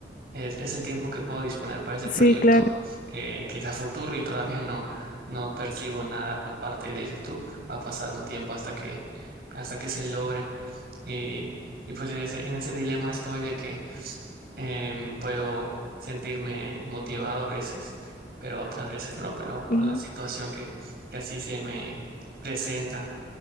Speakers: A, on the right; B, on the left.
A: Es, es el tiempo que puedo disponer para ese
B: Sí,
A: proyecto,
B: claro.
A: que, que es a futuro y todavía no, no percibo nada por parte de YouTube. Va a pasar un tiempo hasta que, hasta que se logre. Y, y pues ese- en ese dilema estoy de que em, puedo sentirme motivado a veces, pero otras veces no, pero por
B: ujú.
A: la situación que, que así se me presenta.